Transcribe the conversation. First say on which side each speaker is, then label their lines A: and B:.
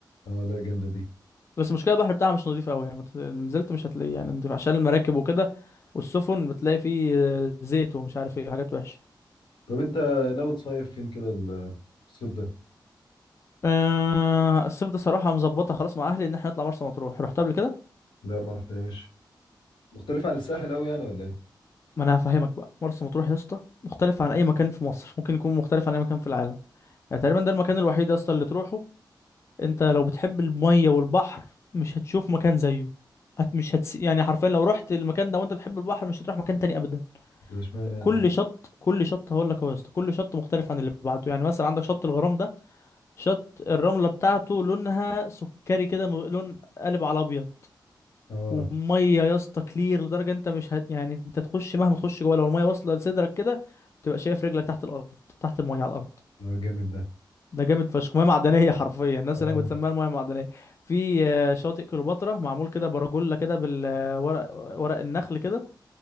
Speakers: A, on the left; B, on the left.
A: اه لا جامدة دي
B: بس المشكلة البحر بتاعها مش نظيف قوي يعني مت- نزلت مش هتلاقيه يعني نضيف عشان المراكب وكده والسفن بتلاقي فيه آه، زيت ومش عارف ايه حاجات وحشة
A: طب انت ناوي تصيف فين كده ال- الصيف ده
B: أه الصيف ده صراحة مظبطة خلاص مع أهلي إن احنا نطلع مرسى مطروح رحت قبل كده؟
A: لا ما رحتهاش مختلف عن الساحل قوي يعني ولا ايه
B: ما أنا هفهمك بقى مرسى مطروح يا اسطى مختلف عن أي مكان في مصر ممكن يكون مختلف عن أي مكان في العالم يعني تقريبا ده المكان الوحيد يا اسطى اللي تروحه انت لو بتحب المية والبحر مش هتشوف مكان زيه هت مش هتس... يعني حرفيا لو رحت المكان ده وانت بتحب البحر مش هتروح مكان تاني ابدا
A: ده اشمعنى يعني
B: كل شط كل شط هقول لك اهو يا اسطى كل شط مختلف عن اللي بعده يعني مثلا عندك شط الغرام ده شط الرملة بتاعته لونها سكري كده م- لون قالب على ابيض
A: اه
B: وميه يا اسطى كلير لدرجة انت مش هت... يعني انت تخش مهما تخش جوه لو الميه واصلة لصدرك كده تبقى شايف رجلك تحت الارض تحت الميه على الارض
A: اه جامد ده
B: ده جامد فشخ ميه معدنيه <laughs> حرفيا الناس
A: اه
B: هناك بتسميها الميه المعدنيه في آه، شاطئ كليوباترا معمول كده برجولة كده بالورق ورق النخل كده